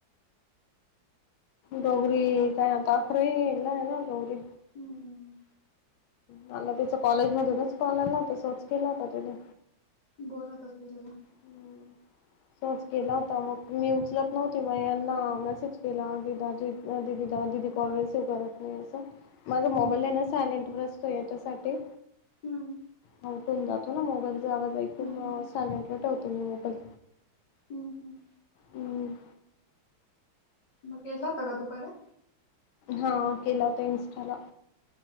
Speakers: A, on the left (about 80°); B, on the left (about 55°).
A: गौरी त्या आता अकरावीला आहे ना गौरी.
B: हम्म
A: मला तिचा कॉलेज मध्ये मिसकॉल आला तर सहज केला होता तिने.
B: बोरंत असल तेव्हा
A: हम्म तोच केला होता, मग मी उचलत नव्हती, मग यांना मेसेज केला की दाजी दया दिदीला दिदी कॉल रिसीव करत नाही असं. माझा मोबाईल
B: हम्म
A: आहे ना, सायलेंट वर असतो याच्यासाठी.
B: हम्म
A: हा घेऊन जातो ना, मोबाईलचा आवाज ऐकून
B: हम्म हम्म
A: सायलेंटवर ठेवतो मी मोबाईल.
B: हम्म हम्म
A: हम्म
B: मग केला होता का तू परत?
A: हां केला होता इन्स्टा ला.